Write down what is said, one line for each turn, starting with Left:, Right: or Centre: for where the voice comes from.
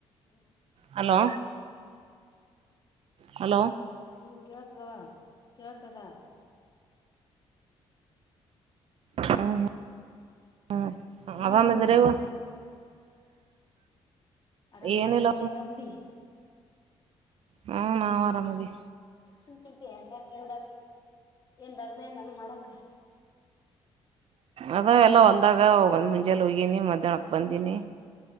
Left: Hello
Right: hello hello
Left: ಹ್ಮ್ ಕೇಳ್ತದ ಕೇಳ್ತದ ಹ
Right: ಹಾ ಹಾ ಹ್ಮ
Left: ಏನ್
Right: ಆರಾಮ್ಇದ್ರೆಯವ್ವ
Left: ಮಾಡಕತ್ತಿ ಆರಾಮದಿ
Right: ಏನಿಲ್ಲ
Left: ನೋಡ್ ನೀ ಆರಾಮದಿ <inaudible>
Right: ಹಾ ನಾ ಆರಾಮದವಿ
Left: ಸುಮ್ ಕುಂತಿ ಯಾಕಂದಾಗ ಏನ್ ರಜನೆ ನಾನು ಮಾಡಕ್ಕರ್
Right: ಅದ ಎಲ್ಲ ಹೊಲ್ದಾಗ ಒಂದು ಮುಂಜಾಲ ಹೋಗನಿ ಮಧ್ಯಾಹ್ನಕ್ಕೆ ಬಂದೀನಿ